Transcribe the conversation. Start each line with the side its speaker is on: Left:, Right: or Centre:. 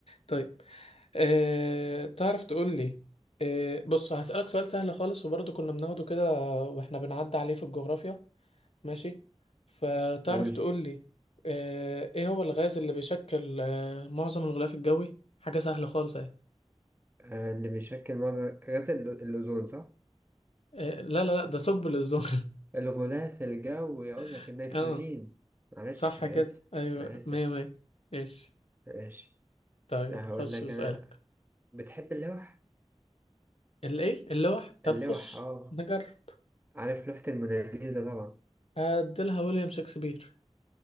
Left: طيب أه تعرف تقول لي أه بص هسألك سؤال سهل خالص وبرضه كنا بناخده كده واحنا بنعدي عليه في الجغرافيا ماشي فتعرف
Right: قول
Left: تقول لي أه ايه هو الغاز اللي بيشكل أه معظم الغلاف الجوي حاجة سهلة خالص اهي
Right: آه، اللي بيشكل معظم غاز ال- الأوزون صح؟
Left: أه لا لا لا ده ثقب الأوزون
Right: الغلاف الجوي يقول لك
Left: <laughs>
Right: النيتروجين
Left: اه
Right: معلش
Left: صح
Right: أنا
Left: كده
Right: آسف
Left: ايوه
Right: أنا آسف
Left: مية مية ماشي
Right: ماشي
Left: طيب
Right: لا
Left: خش
Right: هقول لك
Left: بسألك
Right: أنا بتحب اللوح؟
Left: الايه اللوح طب
Right: اللوح
Left: خش
Right: اه
Left: نجرب
Right: عارف لوحة الموناليزا طبعا
Left: هديلها ويليام شكسبير